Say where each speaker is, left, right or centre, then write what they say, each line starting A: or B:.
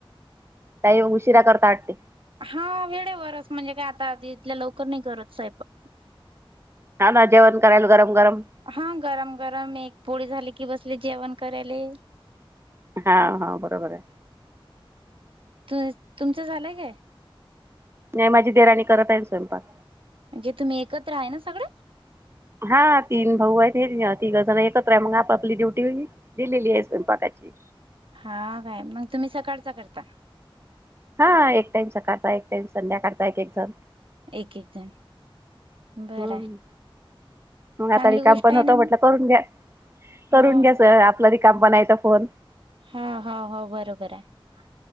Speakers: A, on the right; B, on the right.
A: ताई उशिरा करता वाटते.
B: हा वेळेवरच म्हणजे काय आता ईथल्या लवकर नाही करत स्वयंपाक.
A: हा ना जेवण करायला गरम गरम.
B: हा गरम गरम एक पोळी झाली की, बसले जेवण करायले.
A: हा हा बरोबर आहे.
B: तु-तुमचं झालंय काय?
A: नाही माझी देवराणी करत आहे स्वयंपाक.
B: म्हणजे तुम्ही एकत्र आहे ना सगळे?
A: हा तीन भाऊ आहेत, हे तिघजण एकत्र आहे मग आपापली ड्युटी वेगळी. दिलेली आहे स्वयंपाकाची.
B: हा काय मग तुम्ही सकाळचा करता.
A: हा एक टाइम सकाळचा, एक टाइम संध्याकाळचा एक एक जण.
B: एकेक जण बरं
A: हम्म
B: आहे.
A: मग आता
B: चांगली
A: रिकाम
B: गोष्ट
A: पण
B: आहे
A: होत
B: ना
A: म्हटलं
B: मग
A: करून घ्या, करून
B: हा
A: घ्याचं. रिकाम बनायचा फोन.
B: हा हा हो बरोबर आहे.